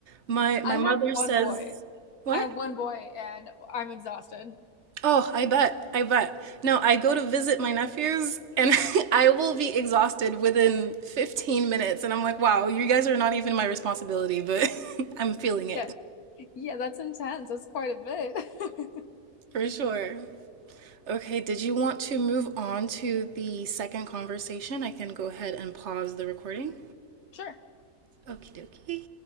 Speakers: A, on the right (about 55°); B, on the left (about 75°).
A: My my
B: I
A: mother
B: have one
A: says,
B: boy.
A: what?
B: I have one boy and I'm exhausted.
A: Oh, I bet. I bet. No, I go to visit my nephews and <laughs> I will be exhausted within 15 minutes. And I'm like, wow, you guys are not even my responsibility, but <laughs> I'm feeling it
B: Yeah. Yeah, that's intense. That's quite a bit. <laughs>
A: for sure. Okay, did you want to move on to the second conversation? I can go ahead and pause the recording.
B: Sure.
A: Okie dokie.